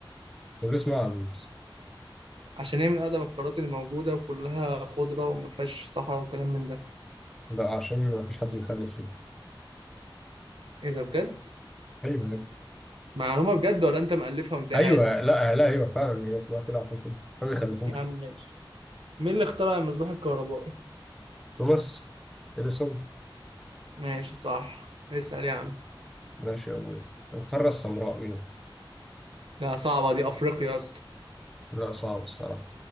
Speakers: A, in the centre; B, on the right.
A: طب ليه اسمها عجوز؟
B: عشان هي من اقدم القارات اللي موجوده وكلها خضره وما فيهاش صحراء وكلام من ده
A: لا عشان ما فيش حد بيخلف فيها
B: ايه ده بجد
A: ايوه يا ابني
B: معلومه بجد ولا انت مألفها وانت قاعد
A: ايوه لا لا ايوه فعلا هي اسمها كده عشان كده ما بيخلفوش
B: يا عم ماشي مين اللي اخترع المصباح الكهربائي
A: توماس اديسون
B: ماشي صح اسأل يا عم
A: ماشي يا ابوي القارة السمراء مين؟
B: لا صعبة دي أفريقيا يا اسطى
A: لا صعب الصراحة